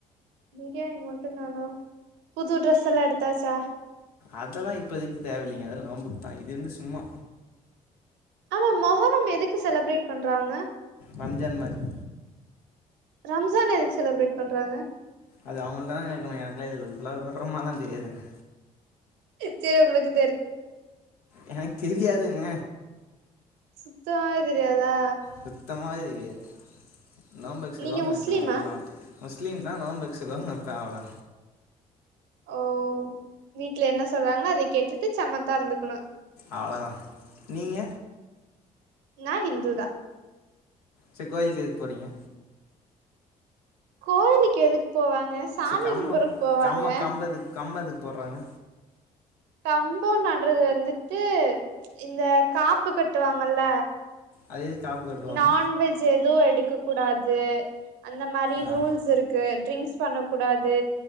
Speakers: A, on the right (about 65°); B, on the left (about 80°).
A: பிரியாணி மட்டுந்தானா புது ட்ரெஸ் எல்லா எடுத்தாச்சா
B: அதெல்லா இப்ப எதுக்குங் தேவ இல்லிங் இனி அதெல்லா நோம்புக்குதா இது வந்து சும்மா
A: ஆனா மொஹரம் எதுக்கு செலப்ரேட் பண்றாங்க
B: ரம்ஜான் மாரி
A: ரம்ஜான் எதுக்கு செலப்ரேட் பண்றாங்க
B: அது அவுங்களதான கேக்கணு எனக்கெலா இதுல இவ்ளோ விவரமாலா தெரியாதுங்க
A: சேர் உங்குளுக்கு
B: எனக்கு தெரியாதுங்க
A: சுத்தமாவே தெரியாதா
B: சுத்தமாவே தெரியாது நோம்பு வச்சுருக்கவங்க
A: நீங்க முஸ்லீமா
B: கேக்குறாங்க அதுலா முஸ்லீம் தா நோம்பு வச்சுருக்காங்க அவ்ளோ
A: ஓ வீட்ல என்ன சொல்றாங்களோ அதக் கேட்டுட்டு சமத்தா இருந்துக்கணு
B: அவ்ளோதா நீங்க
A: நா ஹிந்து தா
B: செரி கோயிலுக்கு எதுக்கு போறீங்க
A: கோவிலுக்கு எதுக்கு போவாங்க சாமி
B: சரி கம்ம
A: கும்புடுறதுக்கு போவாங்க
B: கம்ம கம்பத்துக்கு கம்பத்துக்கு போடுறாங்க
A: கம்போ நடுறது வந்துட்டு இந்தக் காப்பு கட்டுவாங்கல
B: அது எதுக்கு ஆப் கட்டுவாங்க
A: நான்வெஜ் எதுவு எடுக்க கூடாது அந்த மாரி
B: ஆ
A: ரூல்ஸ் இருக் கு ட்ரிங்க்ஸ் பண்ணக்கூடாது